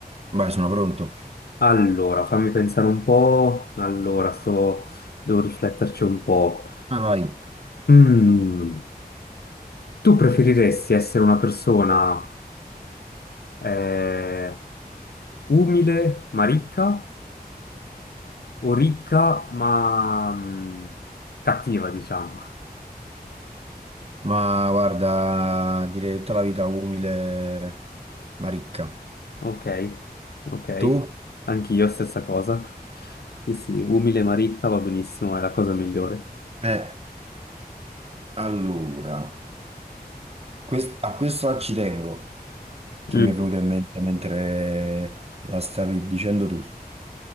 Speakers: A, on the right; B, on the left.
A: Vai, sono pronto.
B: Allora, fammi pensare un po', allora, sto... devo rifletterci un po'.
A: Vai, vai.
B: Mm, Tu preferiresti essere una persona eh, umile ma ricca o ricca ma mm, cattiva, diciamo?
A: Ma guarda, direi tutta la vita umile, ma ricca.
B: Ok, ok,
A: Tu?
B: anch'io stessa cosa. Sì, sì, umile Maritta va benissimo, è la cosa migliore.
A: Eh, allora, quest- a questo ci tengo, che
B: Mm.
A: mi è venuto in mente mentre la stavi dicendo tu.